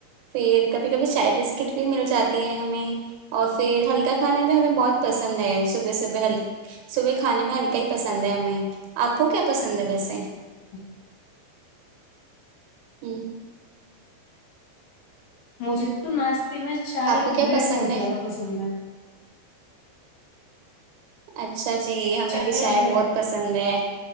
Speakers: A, on the right; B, on the left.
A: پھر کبھی کبھی چائے بسکٹ بھی مل جاتی ہے ہمیں اور پھر ہلکا کھانا بھی ہمیں بہت پسند ہے صبح صبحل صبح کھانے میں ہلکا ہی پسند ہے ہمیں آپ کو کیا پسند ہے بسے
B: <unintelligible>
A: ہوں
B: مجے تو نا فیمس چائے
A: آپ
B: اور
A: کو کیا
B: بریڈ
A: پسند
B: بہت
A: ہے
B: زیادہ پسند ہے
A: اچھا اچھا جی ہمیں
B: چائے
A: بھی شاع
B: اور بریڈ
A: بہت پسند ہے